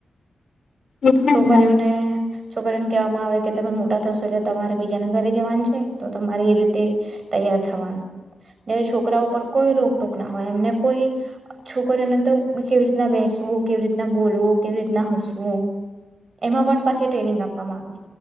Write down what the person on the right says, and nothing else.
છોકરીઓને
છોકરીઓને કહેવામાં આવે કે તમે મોટા થશો એટલે તમારે બીજાના ઘરે જવાન છે, તો તમારે એ રીતે તૈયાર થવાનું જયારે છોકરા ઉપર કોઈ રોકટોક ના હોય, એમને કોઈ છોકરીઓને તો કેવી રીતના બેસવું કેવી રીતના બોલવું કેવી રીતના હસવું, એમાં પણ પાછી ટ્રેનિંગ આપવામાં આવે